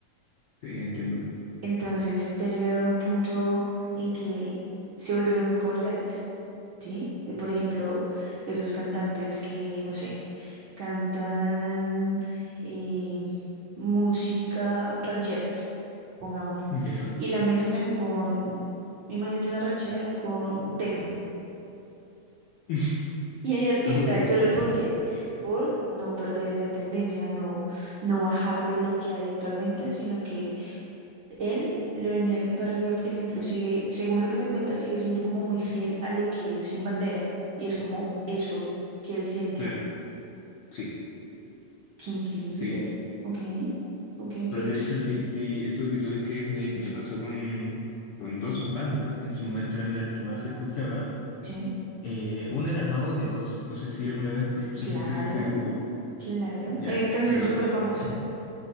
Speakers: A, on the left (about 80°); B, on the right (about 70°).
A: Sí, entiendo.
B: Entonces ya llegaron a un punto en que se volvieron muy comerciales. ¿sí? De, por ejemplo, esos cantantes que, no sé, cantan eh, música rancheras, pongámoslo,
A: ¿Ya?
B: y la mezclan con, imagínate una ranchera con tecno.
A: <laughs>
B: Y hay artistas,
A: Ok,
B: solo porque, por no perder esa tendencia, no, no bajar de lo que hay actualmente, sino que él, Leonel García, por ejemplo, sigue, según lo que me cuenta, sigue siendo como muy fiel a lo que es Sin Bandera, y es como eso que él siente.
A: claro. Sí,
B: Qué increíble.
A: sí.
B: Ok, ok, ok.
A: Porque de
B: qué-
A: hecho, sí, sí, eso que tú describes me, me pasó con, con dos bandas que en su momento eran de las que más escuchaba.
B: Sí,
A: Eh, una era Mago de Oz, no sé si alguna vez supiste
B: claro,
A: de ese grupo.
B: claro.
A: Ya,
B: Hay una canción
A: claro,
B: súper famosa.